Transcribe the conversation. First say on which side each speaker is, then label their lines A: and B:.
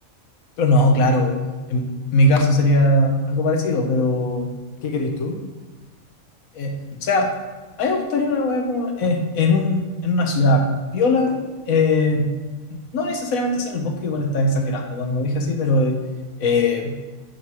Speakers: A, on the left; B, on the left.
A: pero no, claro, eh, en mi caso sería algo parecido, pero,
B: ¿Qué querés tú?
A: eh, o sea, a mí me gustaría una weá como eh, en un, en una ciudad piola, eh, no necesariamente así en el bosque, igual estaba exagerando cuando lo dije así, pero eh, eh,